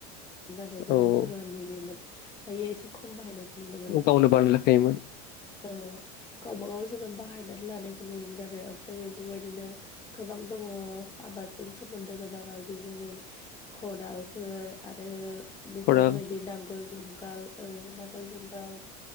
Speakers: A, on the left (about 20°); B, on the left (about 50°).
A: आरो गोदोनै
B: औ
A: जोङो नुयोमोन दायो एसे खम बाहायनायखौ नुनो मोनो।
B: गावनो बानायलाखायोमोन
A: औ गावबागाव जोङो बाहायनानै लानायखौ नुयोमोन आरो ओमफ्राय बेफोरबायदिनो गोबां दङ आबादजों सोमोन्दो गोनां आजु जेरै खदालफोर आरो बेफोरबायदि
B: खदाल
A: नांगोल जुंगाल औ नांगोल जुंगाल